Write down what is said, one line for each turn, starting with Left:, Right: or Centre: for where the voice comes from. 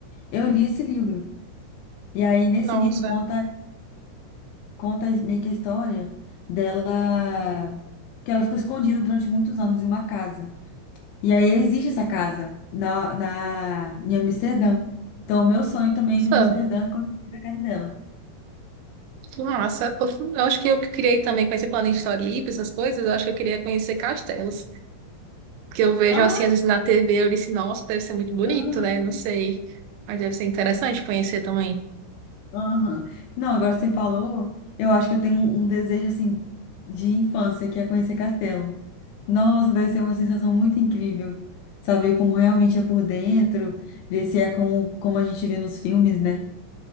Left: Eu li esse livro. E aí, nesse
Right: Nossa.
Left: livro, conta, conta meio que a história dela, que ela ficou escondida durante muitos anos em uma casa. E aí, existe essa casa na, na, em Amsterdã. Então, o meu sonho
Right: Nossa,
Left: também é ir para Amsterdã e conhecer a casa dela.
Right: que massa. Eu, fu- eu acho que eu que criei também, conhecer plano de história livre, essas coisas, eu acho que eu queria conhecer castelos. Porque eu vejo
Left: Ah,
Right: assim, às vezes na TV, eu disse, nossa, deve ser muito bonito,
Left: aham,
Right: né? Não sei. Mas deve ser interessante conhecer também.
Left: aham. Não, agora você falou, eu acho que eu tenho um, um desejo, assim, de infância, que é conhecer castelo. Nossa, deve ser uma sensação muito incrível. Saber como realmente é por dentro, ver se é como, como a gente vê nos filmes, né?